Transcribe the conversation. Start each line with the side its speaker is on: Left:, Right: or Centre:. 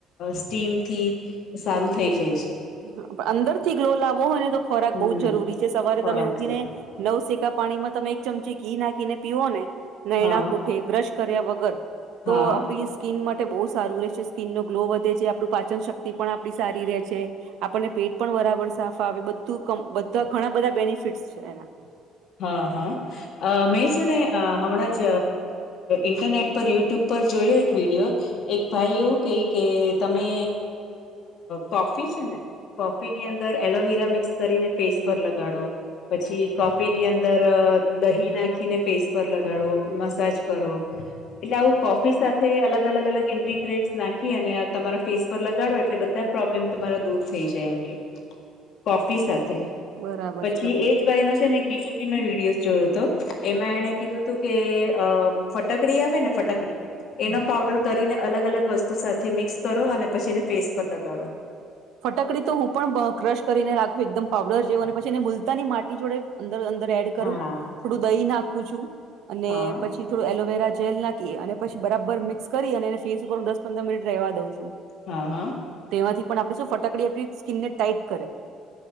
Left: સ્ટીમ થી સારું થઈ જાય છે.
Right: પણ અંદર થી ગ્લો લાવવો હોય ને તો ખોરાક
Left: હમ
Right: બહુ જરૂરી છે, સવારે
Left: ખોરાક
Right: તમે ઉઠીને
Left: જરૂર
Right: નવ સેકા પાણીમાં તમે ચમચી ઘી નાખીને પીવો ને નયણા
Left: હા
Right: કોઠે બ્રશ કર્યા વગર
Left: હા
Right: તો આપડી સ્કીિન માટે બહુ સારું રહે છે, સ્કીિનનોો ગ્લો વધે છે, આપણું પાચન શક્તિ પણ આપણી સારી રહે છે. આપણને પેટ પણ બરાબર સાફા આવે બધું બધા ઘણા બધા બેનિફિટ્સ છે, એના
Left: હા હા અ મેં છે, ને હમણાં જ ઇન્ટરનેટ પર યુટ્યુબ પર જોયો એક વિડિયો એક ભાઈ એવું કહી કે તમે કોફી છો ને કોફી ની અંદર એલોવીરા મિક્સ કરીને ફેસ પર લગાડો પછી કોફી <unintelligible> અંદર દહી નાખીને ફેસ પર લગાડો મસાજ કરો એટલે આવું કોફી સાથે અલગ અલગ અલગ ઇન્ટિગ્રેટસ નાખી અને તમારા ફેસ <unintelligible> લગાડો એટલે બધા પ્રોબ્લેમ તમારા દૂર થઈ જાય એમ કે કોફી સાથે
Right: બરાબર
Left: પછી
Right: છે તો
Left: એજ ભાઈ ન છે, ને એક બીજો બી મેં <unintelligible> જોયો હતો એમાં એણે કીધું હતું કે અ ફટકડી આવે ને ફટાકડી એનો
Right: હમ
Left: પઉડર કરીને અલગ અલગ વસ્તુ સાથે મિક્સ કરો અને પછી એને ફેસ પર લગાડો
Right: ફટાકડી તો હું પણ ક્રશ કરીને રાખું એકદમ પાવડર જેવું અને પછી એને મુલતાની માટી જોડે અંદર અંદર એડ કરું
Left: હા
Right: થોડું દહી નાખું છું અને
Left: હા
Right: પછી થોડું એલોવેરા જેલ નાખી અને પછી બરાબર મિક્સ કરી અને એ ફેસ ઉપર હું દસ પંદર મિનિટ <unintelligible> દઉ છું
Left: હા હા
Right: તેમાંથી પણ આપણે શું ફટાકડી આપણી સ્કીિનન <unintelligible> કરે